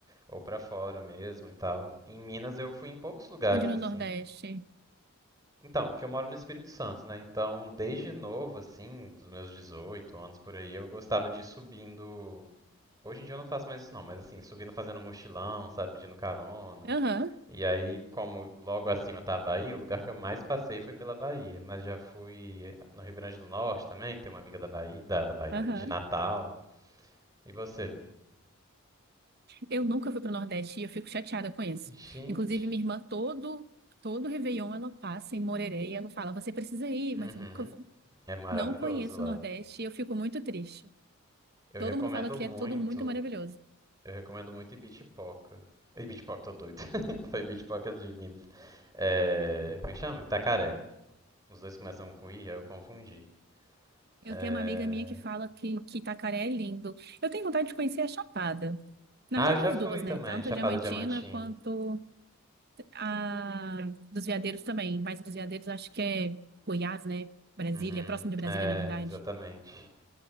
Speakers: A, on the right; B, on the right.
A: ou pra fora mesmo e tal. Em Minas eu fui em poucos lugares
B: Onde no
A: assim.
B: Nordeste?
A: Então, que eu moro no Espírito Santo, né? Então, desde novo assim, dos meus 18 anos por aí, eu gostava de ir subindo. Hoje em dia eu não faço mais isso não, mas assim, subindo fazendo mochilão, sabe, pedindo carona.
B: Aham,
A: E aí, como logo acima tá a Bahia, o lugar que eu mais passei foi pela Bahia, mas já fui no Rio Grande do Norte também, que tem uma amiga da Bahia, da, da Bahia,
B: aham.
A: de Natal. E você?
B: Eu nunca fui para o Nordeste e eu fico chateada com isso.
A: Gente,
B: Inclusive, minha irmã, todo, todo Réveillon ela passa em Moreré e ela fala: Você precisa ir,
A: uhum,
B: mas eu nunca vou.
A: é maravilhoso
B: Não conheço
A: lá.
B: o Nordeste e eu fico muito triste.
A: Eu
B: Todo
A: recomendo
B: mundo fala que
A: muito.
B: é tudo muito maravilhoso.
A: Eu recomendo muito Ibitipoca. Ibitipoca, tô doido. <laughs> Foi Ibitipoca de Minas. É, como é que chama? Itacaré. Os dois começam com I, aí eu confundi.
B: Eu
A: É...
B: tenho uma amiga minha que fala que, que Itacaré é lindo. Eu tenho vontade de conhecer a Chapada. Na
A: Ah,
B: verdade,
A: eu já
B: as
A: fui
B: duas,
A: também,
B: né? Tanto
A: Chapada
B: a Diamantina
A: Diamantina.
B: quanto a dos Veadeiros também. Mas a dos Veadeiros acho que é Goiás, né? Brasília,
A: Uhum,
B: próximo de Brasília,
A: é,
B: na verdade.
A: exatamente.